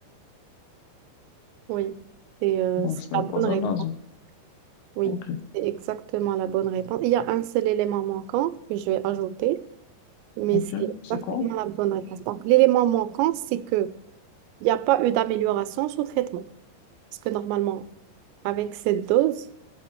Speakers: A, on the right; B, on the left.
A: Oui, c'est euh,
B: Donc,
A: c'est
B: ce
A: la
B: n'est
A: bonne
B: pas
A: réponse.
B: un asthme.
A: Oui,
B: Ok,
A: c'est exactement la bonne réponse. Il y a un seul élément manquant que je vais ajouter, mais
B: ok.
A: c'est
B: C'est
A: exactement
B: quoi?
A: la bonne réponse. Donc, l'élément manquant, c'est que il n'y a pas eu d'amélioration sous traitement. Parce que normalement, avec cette dose,